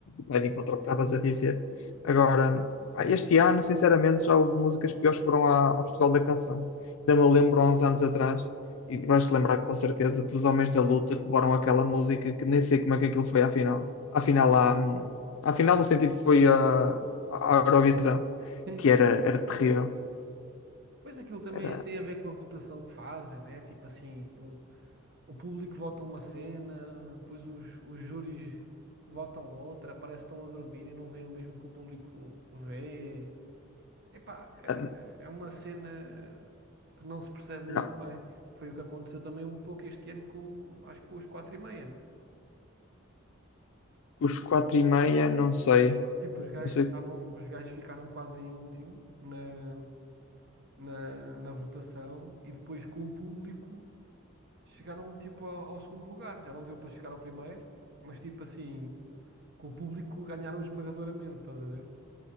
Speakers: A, on the left; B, on the right.
A: vai de encontro ao que estavas a dizer. Agora, ah, este ano, sinceramente, já houve músicas piores que foram à- ao Festival da Canção. Ainda me lembro há uns anos atrás, e vais-te lembrar com certeza dos Homens da Luta que levaram aquela música que nem sei como é que aquilo foi à final. Afinal, à, hum, à final, no sentido que foi à, à Eurovisão,
B: Isso.
A: que era, era terrível.
B: Pois aquilo também
A: Era,
B: tem a ver com a votação que fazem, né? Tipo assim, o, o público vota uma cena, depois os, os júris votam outra, parece que estão a dormir e não veem o mesmo que o público vê. Epá,
A: ah,
B: é uma cena que não se percebe muito
A: não,
B: bem. Foi o que aconteceu também um pouco este ano com, o- acho que com os quatro e meia, né?
A: Os quatro e meia, não sei.
B: Tipo, os gajos
A: Não sei.
B: estavam, os gajos ficaram quase em último na, na, na votação e depois com o público chegaram tipo ao, ao segundo lugar. Já não deu para chegar ao primeiro, mas tipo assim, com o público ganharam esmagadoramente, estás a ver?